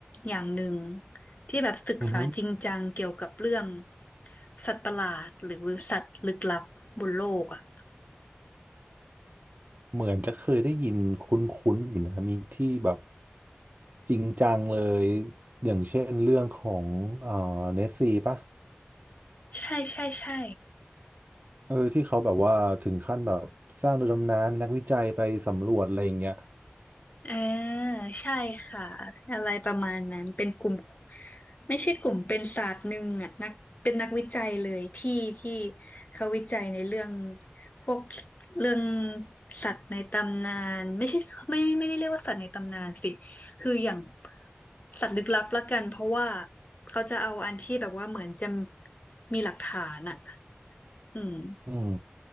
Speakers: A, on the left (about 45°); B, on the right (about 45°).
A: อย่างหนึ่งที่แบบศึกษาจริงจังเกี่ยวกับเรื่อง
B: อือฮึ
A: สัตว์ประหลาดหรือสัตว์ลึกลับบนโลกอ่ะ
B: เหมือนจะเคยได้ยินคุ้นๆอยู่นะมีที่แบบจริงจังเลย อย่างเช่นเรื่องของเอ่อเนสซีป่ะ
A: ใช่ใช่ใช่
B: เออที่เขาแบบว่าถึงขั้นแบบสร้างเรือดำน้ำมีนักวิจัยไปสำรวจอะไรอย่างเงี้ย
A: อ่าใช่ค่ะอะไรประมาณนั้นเป็นกลุ่มไม่ใช่กลุ่มเป็นศาสตร์หนึ่งอ่ะนักเป็นนักวิจัยเลยที่ที่เขาวิจัยในเรื่องพวกเรื่องสัตว์ในตำนานไม่ใช่ไม่ไม่ได้เรียกว่าสัตว์ในตำนานสิคืออย่างสัตว์ลึกลับละกันเพราะว่าเขาจะเอาอันที่แบบว่าเหมือนจะมีหลักฐานอ่ะอืม
B: อืม